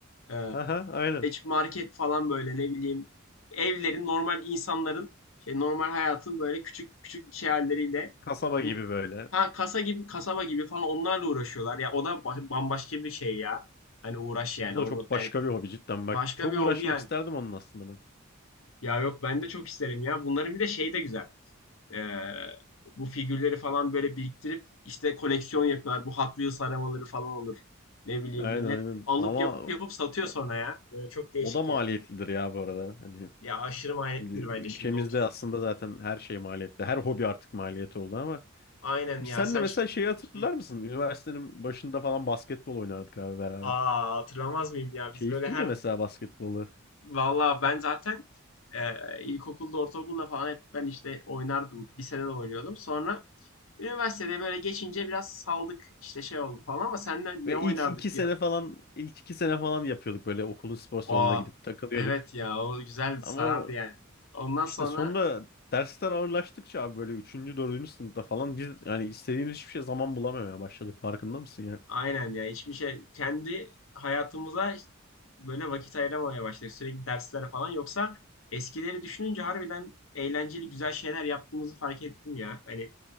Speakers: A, on the left; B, on the left.
A: Ee,
B: Aha, aynen.
A: market falan böyle ne bileyim evlerin normal insanların şey normal hayatın böyle küçük küçük şey halleriyle
B: Kasaba
A: min-
B: gibi böyle.
A: ha kasa gibi kasaba gibi falan onlarla uğraşıyorlar. Ya o da ba- bambaşka bir şey ya. Hani uğraş yani
B: O da
A: onu
B: çok başka
A: yani
B: bir hobi cidden.
A: başka
B: Bak çok
A: bir hobi
B: uğraşmak
A: yani.
B: isterdim onun aslında ben.
A: Ya yok ben de çok isterim ya. Bunların bir de şeyi de güzel. Ee, bu figürleri falan böyle biriktirip işte koleksiyon yapıyorlar. Bu Hot Wheels arabaları falan olur. Ne bileyim
B: Aynen
A: millet
B: aynen.
A: alıp
B: Ama
A: yapıp yapıp satıyor
B: o,
A: sonra ya. Böyle çok değişik
B: o da maliyetlidir
A: ya.
B: ya bu arada. Hani
A: Ya aşırı maliyetlidir
B: şimdi ülkemizde
A: bence şimdi otur.
B: aslında zaten her şey maliyetli. Her hobi artık maliyeti oldu ama.
A: Aynen
B: Biz
A: ya
B: sen
A: sen
B: de mesela
A: ş-
B: şeyi hatırlar
A: Hı.
B: mısın? Üniversitenin başında falan basketbol oynardık abi beraber.
A: Aa hatırlamaz mıyım ya
B: Keyifliydi
A: biz böyle her
B: mesela basketbolu.
A: Vallahi ben zaten e, ilkokulda, ortaokulda falan hep ben işte oynardım. Lisede de oynuyordum. Sonra üniversitede böyle geçince biraz saldık. işte şey oldu falan ama seninle
B: Ve
A: ne oynardık
B: ilk iki sene
A: ya?
B: falan ilk iki sene falan yapıyorduk böyle okulun spor salonuna
A: Aa
B: gidip takılıyorduk.
A: evet ya o güzeldi,
B: Ama
A: sarardı yani. Ondan
B: İşte
A: sonra
B: sonra dersler ağırlaştıkça abi böyle üçüncü dördüncü sınıfta falan biz yani istediğimiz hiçbir şey zaman bulamamaya başladık farkında mısın ya?
A: Aynen ya hiçbir şey kendi hayatımıza işte böyle vakit ayıramamaya başladık. Sürekli derslere falan yoksa eskileri düşününce harbiden eğlenceli güzel şeyler yaptığımızı fark ettim ya. Hani